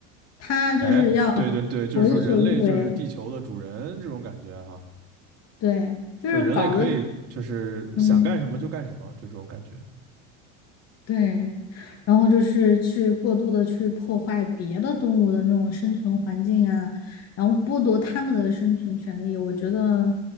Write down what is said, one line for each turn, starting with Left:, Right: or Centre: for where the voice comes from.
Left: 他就是要
Right: 哎，对对对，就是说人类就是地球的主人这种感觉哈、
Left: 为所欲为，对，就是搞得
Right: 就人类可以就是想干什么就干什么，
Left: 嗯。
Right: 就这种感觉，
Left: 对，然后就是去过度的去破坏别的动物的那种生存环境啊，然后剥夺它们的生存权利，我觉得，